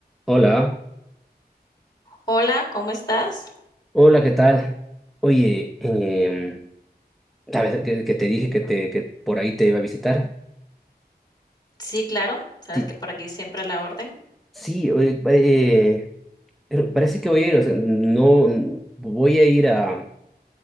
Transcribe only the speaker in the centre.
Hola,
hola, ¿qué tal? Oye, em, ¿sabes que, que te dije que, te, que por ahí te iba a visitar?
Ti-
Sí, oye, eh, pero parece que voy a ir, o sea, no, voy a ir a,